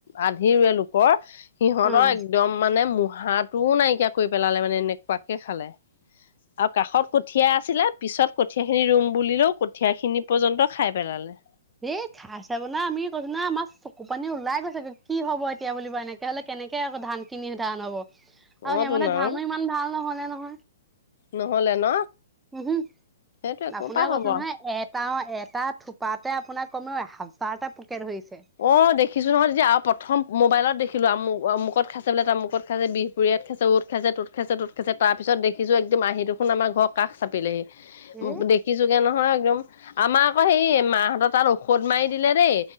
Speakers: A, on the left; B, in the centre.
A: আধিৰুৱে লোকৰ সিহঁতৰ
B: উম
A: একদম মানে মঢ়াটোও নাইকিয়া কৰি পেলালে মানে এনেকুৱাকে খালে। আৰু কাষত কঠীয়া আছিলে পিছত কঠিয় খিনি ৰুম বুলিলেও কঠিয় খিনি পৰ্যন্ত খাই পেলালে।
B: এই খাই চাব না আমি কৈছো না আমাৰ চকু পানী ওলাই গৈছে কি হব এতিয়া বুলিবা এনেকে হলে কে তেনেকে আকৌ ধান কিনি ধান হব, আৰু
A: অ
B: সেইমতে
A: তোন আৰু
B: ধানো ইমান ভাল নহলে নহয়।
A: নহলে ন?
B: উম হুম,
A: সেইটো ক'ৰ
B: আপোনাৰ
A: পৰা হ'ব
B: কৈছ নহয় এটা এটা থোপাতে আপোনাৰ কমেও হাজাৰটা ধৰিছে।
A: অ' দেখিছো নহয় তেতিয়া আৰু প্ৰথম মোবাইলত দেখি ো আমু অমুক খাইছে বোলোৰমুকত খাই বিহুৰীয়াত খাইছে উত খাই তত খাইছে তোত খাইছোৰপিত দেখিছো একম মাহী দু খোন আমাৰ ঘৰৰ কাষ চাপিলেহি
B: এ
A: দেখিছোগে নহয় একদম। আমাৰ আকৌ সেই মাহতৰ তাৰ ঔষধ মাৰি দিলে দেই